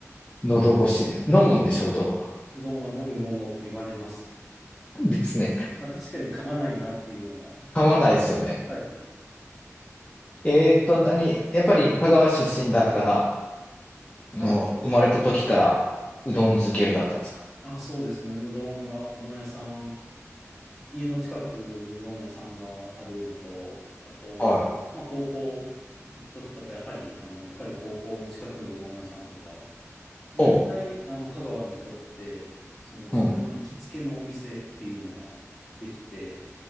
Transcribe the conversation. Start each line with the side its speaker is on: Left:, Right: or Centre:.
Left: 喉越しで、飲むんでしょ、うどんは。
Centre: うどんは飲むものって言われます。
Left: <laughs> ですね。
Centre: まあ、確かに噛まないなっていうのは。
Left: 噛まないですよね。
Centre: はい。
Left: えーっと、何、やっぱり香川出身だから、
Centre: はい。
Left: あの、生まれた時からうどん漬けだったんですか
Centre: あ、そうですね。うどんが、うどん屋さん家の近くにうどん屋さんがあるのと、あと、
Left: はい。
Centre: まあ、高校行くときとか、やはり、あの、やっぱり高校の近くのうどん屋さんとか、まあ大体、
Left: おう、
Centre: あの、香川の人って、その自分の行きつけのお店っていうのができて、
Left: うん。